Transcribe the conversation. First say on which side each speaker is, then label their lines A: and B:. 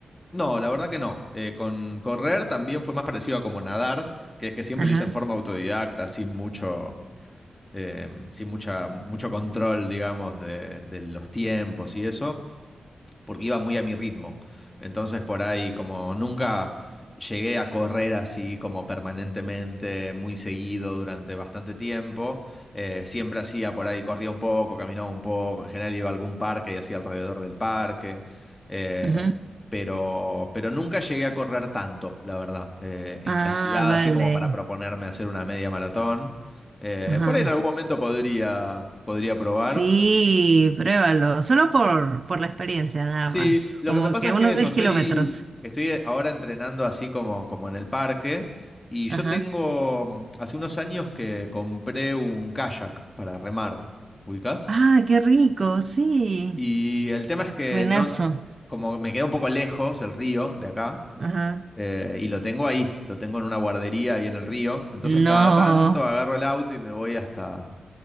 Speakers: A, on the left (about 25°); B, on the right (about 50°).
A: No, la verdad que no. Eh, con correr también fue más parecido a como nadar, que es que siempre
B: Ajá,
A: lo hice en forma autodidacta, sin mucho eh, sin mucha, mucho control, digamos, de, de los tiempos y eso porque iba muy a mi ritmo. Entonces por ahí como nunca llegué a correr así como permanentemente, muy seguido durante bastante tiempo, eh, siempre hacía por ahí, corría un poco, caminaba un poco, en general iba a algún parque y hacía alrededor del parque. eh,
B: ajá.
A: pero, pero nunca llegué a correr tanto, la verdad, eh, en
B: Ah,
A: cantidad
B: vale.
A: así como para proponerme hacer una media maratón. Eh,
B: Ajá.
A: por ahí en algún momento podría, podría probar,
B: Sí, pruébalo, solo por, por la experiencia nada
A: Sí,
B: más,
A: lo
B: como
A: que me pasa
B: que
A: es
B: unos
A: que eso,
B: 10
A: estoy,
B: kilómetros.
A: estoy ahora entrenando así como, como en el parque y yo
B: Ajá.
A: tengo, mm, hace unos años que compré un kayak para remar, ¿ubicás?
B: Ah, qué rico, sí.
A: Y el tema es que
B: Buenazo.
A: no, como me queda un poco lejos el río de acá
B: Ajá.
A: eh, y lo tengo ahí, lo tengo en una guardería ahí en el río, entonces cada
B: No.
A: tanto agarro el auto y me voy hasta,